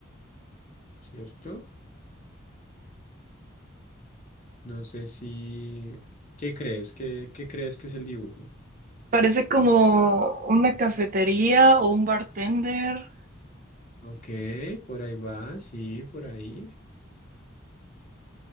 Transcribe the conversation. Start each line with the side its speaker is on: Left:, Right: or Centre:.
Left: ¿cierto? No sé si, ¿qué crees? ¿Qué, qué crees que es el dibujo?
Right: Parece como una cafetería o un bartender.
Left: Ok, por ahí va, sí, por ahí,